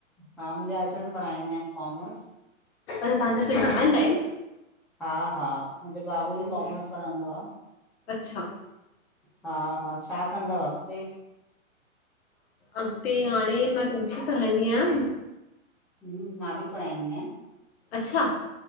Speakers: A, in the centre; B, on the left (about 50°).
A: हा मुंजा हसबैंड बिपढ़ाईंदा आहिन कॉमर्स।
B: अच्छा तहांजे हिते रहंदा आहिन।
A: हा- हा, मुंहिंजो बाबू बि
B: ईअं
A: कॉमर्स पढ़ंदो आ।
B: अच्छा!
A: हा- हा, छा कंदव अगते?
B: अगते हाणे मां टूशन पढ़ाईंदी आह्यां।
A: हम मां बि पढ़ाईंदी आहियां।
B: अच्छा!